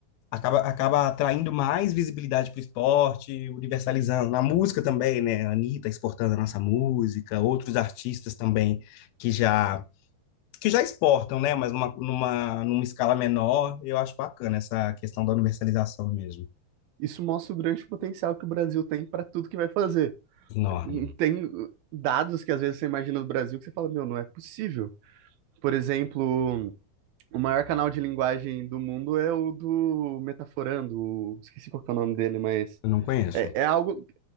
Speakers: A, on the left; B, on the right.
A: acaba, acaba atraindo mais visibilidade para o esporte, universalizando. Na música também, né? A Anitta exportando a nossa música, outros artistas também que já que já exportam, né? Mas numa, numa, numa escala menor, eu acho bacana essa questão da universalização mesmo.
B: Isso mostra o grande potencial que o Brasil tem para tudo que vai fazer.
A: Enorme.
B: E Tem dados que às vezes você imagina do Brasil que você fala, meu, não é possível. Por exemplo. O maior canal de linguagem do mundo é o do Metaforando, o- esqueci qual que é o nome dele, mas
A: Eu não conheço.
B: é, é algo